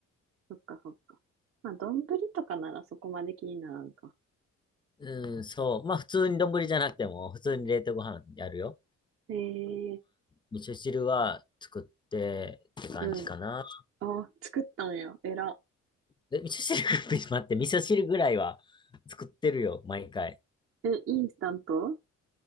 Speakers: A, on the right; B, on the left.
A: そっかそっか。まあ、丼とかならそこまで気にならんか。
B: うん、そう。まあ普通に丼じゃなくても、普通に冷凍ご飯やるよ。
A: ええ
B: 味噌汁は作ってって感じかな。
A: うん。あ、作ったんや。えら。
B: で、味噌汁、<laughs> 待って、味噌汁ぐらいは作ってるよ、毎回。
A: え、インスタント